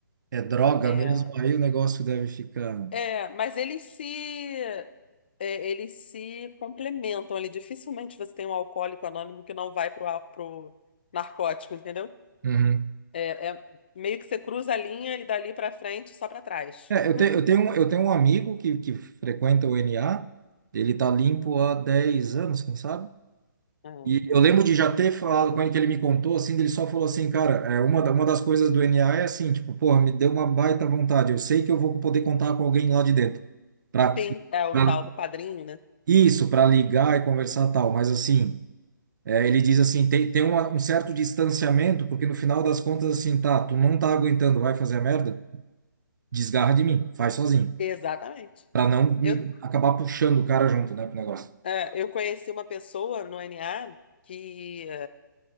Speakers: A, on the right; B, on the left.
A: É droga
B: é
A: mesmo, aí o negócio deve ficar.
B: É, mas eles se é, eles se complementam ali. Dificilmente você tem um alcoólico anônimo que não vai pro, al- pro narcótico, entendeu?
A: Uhum.
B: É, é meio que você cruza a linha e dali pra frente só pra trás,
A: É,
B: entendeu?
A: eu, te, eu tenho, um- eu tenho um amigo que, que frequenta o NA, ele tá limpo há 10 anos, quem sabe?
B: É.
A: E eu lembro de já ter falado com ele, que ele me contou, assim, ele só falou assim, cara, é, uma, da- uma das coisas do NA é assim, tipo, porra, me deu uma baita vontade, eu sei que eu vou poder contar com alguém lá de dentro, pra,
B: Sim, é o
A: pra
B: tal do padrinho, né?
A: isso, pra ligar e conversar tal, mas assim, é, ele diz assim, tem, tem uma- um certo distanciamento, porque no final das contas, assim, tá, tu não tá aguentando, vai fazer a merda, desgarra de mim, faz sozinho.
B: Exatamente.
A: Pra não me-
B: Eu,
A: acabar puxando o cara junto, né, pro negócio.
B: é, eu conheci uma pessoa no NA que